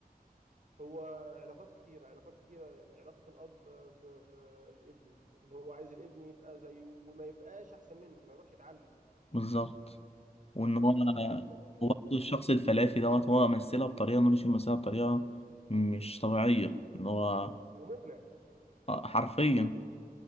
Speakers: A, on the right; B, on the left.
A: هو علاقات كتيرة علاقات كتيرة يعني علاقة الأب بالابن اللي هو عايز الابن يبقى زيه وما يبقاش أحسن منه ما يروحش يتعلم
B: بالظبط وإن
A: متولي
B: هو
A: كان عنده بعض المشاكل
B: وبرضه
A: ال-
B: الشخص الفلافي دوت هو مثلها بطريقة نور الشريف مثلها بطريقة مش طبيعية إن هو
A: ومقنع
B: آه، حرفيا